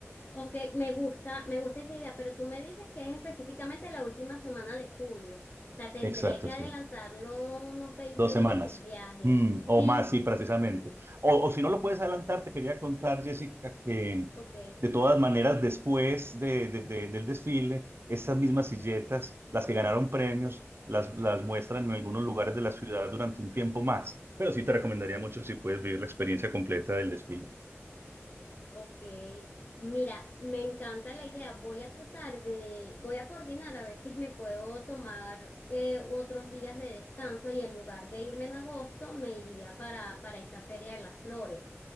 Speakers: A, on the left; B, on the right.
A: ok, me gusta, me gusta esa idea, pero tú me dices que es específicamente la última semana de julio, o sea, tendría
B: Exacto,
A: que
B: sí.
A: adelantarlo unos 20
B: Dos semanas.
A: días el viaje.
B: Mm,
A: Sí.
B: o más, sí, precisamente. O, o si no lo
A: Sí.
B: puedes adelantar, te quería contar, Jessica, que
A: Ok,
B: de todas maneras, después de, de- de- del desfile, estas mismas silletas, las que ganaron premios, las, las muestran en algunos lugares de la ciudad durante un tiempo más. Pero sí te recomendaría mucho si puedes vivir la experiencia completa del desfile.
A: ok. Mira, me encanta la idea. Voy a tratar de, voy a coordinar a ver si me puedo tomar eh, otros días de descanso y en lugar de irme en agosto, me iría para, para esta Feria de las Flores.